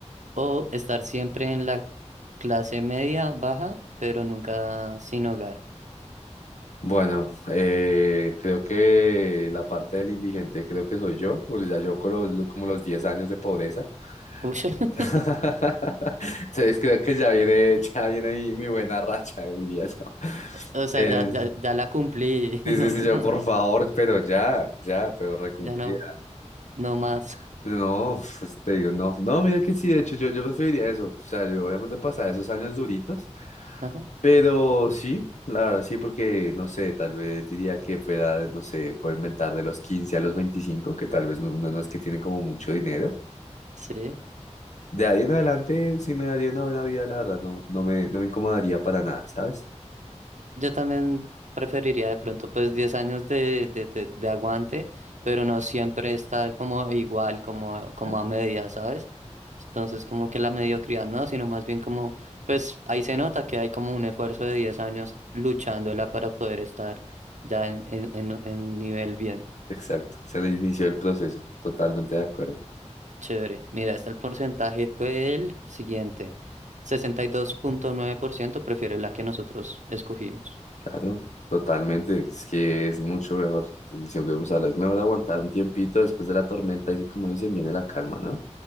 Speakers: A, on the right (about 85°); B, on the left (about 75°).
A: o estar siempre en la clase media baja, pero nunca sin hogar.
B: Bueno, eh, creo que la parte del indigente creo que soy yo, porque ya yo con los- como los 10 años de pobreza.
A: Uy, <laughs>
B: <laughs> Entonces creo que ya viene, ya viene mi, mi buena racha, diría yo.
A: o sea,
B: Eh,
A: ya, ya, ya la cumplí,
B: sí,
A: <laughs>
B: sí,
A: no,
B: sí, yo
A: no,
B: por favor, pero ya, ya, pero recumplida.
A: ya no, no más.
B: No, pues te digo, no, no, mira que sí, de hecho yo, yo preferiría eso. O sea, yo obviamente pasar esos años duritos.
A: <laughs> Ajá,
B: Pero sí, la verdad sí, porque no sé, tal vez diría que fue edad, no sé, puedo inventar de los 15 a los 25 que tal vez no- uno no es que tiene como mucho dinero.
A: sí.
B: De ahí en adelante sí me daría una buena vida, la verdad, no, no me, no me incomodaría para nada, ¿sabes?
A: Yo también preferiría de pronto pues 10 años de, de, de, de aguante, pero no siempre estar como igual, como, como
B: Ah,
A: a media, ¿sabes? Entonces como que la mediocridad no, sino más bien como, pues ahí se nota que hay como un esfuerzo de 10 años luchándola para poder estar ya en, en, en en un nivel bien
B: Exacto, se le inició el proceso, totalmente de acuerdo.
A: chévere. Mira, este el porcentaje fue el siguiente. sesenta y dos punto nueve por ciento prefiere la que nosotros escogimos.
B: Claro, totalmente, es que es mucho mejor, siempre vamos a hablar, es mejor aguantar un tiempito después de la tormenta y así como dicen, viene la calma, ¿no?